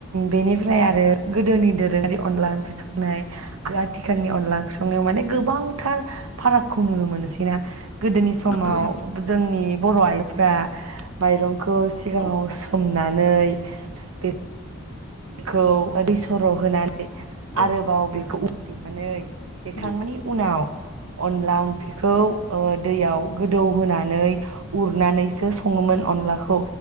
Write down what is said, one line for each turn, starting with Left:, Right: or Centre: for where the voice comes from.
Right: बेनिफ्राय आरो गोदोनि दोरोङारि अनला ओंख्रि संनाय आरो आथिखालनि अनला ओंख्रि संनायाव माने गोबांथार फारागखौ नुनो मोनसैना गोदोनि समाव
Left: नंगौ नंगौ
Right: जोंनि बर' आइजोफ्रा माइरं। खौ सिगाङाव
Left: औ
Right: सो उननानै बे बेखौ दै सर' होना आरोबाव
Left: औ
Right: बेखौ देनानै। देखांनि
Left: नंगौ
Right: उनाव अनला ओंख्रिखौ ओ दैयाव गोदौ होनानै उरनानैसो सङोमोन अनलाखौ